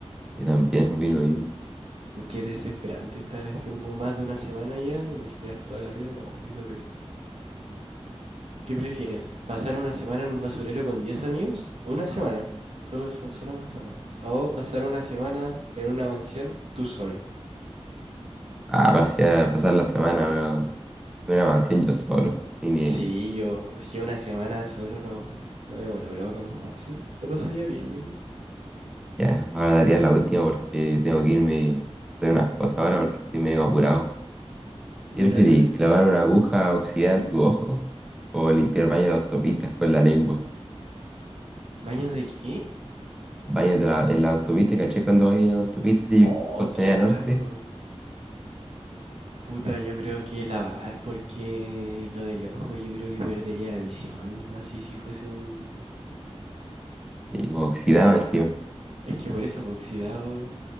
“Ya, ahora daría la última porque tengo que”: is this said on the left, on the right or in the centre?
Centre